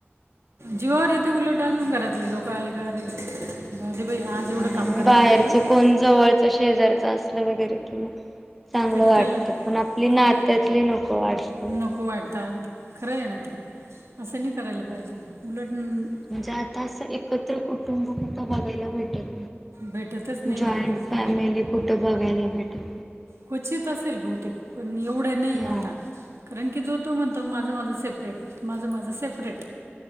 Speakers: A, on the right (about 85°); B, in the centre.
A: जीवावर येते उलट अजून घरातले लोक आले का, आरे जाऊदे बई आज एवढं काम
B: आणि
A: करावं
B: बाहेरच
A: लागलं
B: कोण जवळच शेजारच असलं वगैरे कि मग चांगलं
A: तरी
B: वाटतं,
A: त्याला
B: पण आपली नात्यातली
A: कौ
B: नको वाटत
A: नको वाटतात खरं ये ना ते असं नाही करायला पाहिजेल उलट न-
B: म्हणजे आता असं एकत्र कुटुंब कुठं बघायला भेटेल?
A: भेटतच नाही
B: उ जॉईंट
A: ना खरंच
B: फॅमिली कुठ बघायला भेटल?
A: क्वचित असेल बहुतेक, पण एवढ्या नाही
B: हा
A: आता कारण की जो तो म्हणतो माझं माझ सेपरेट, माझ माझं सेपरेट,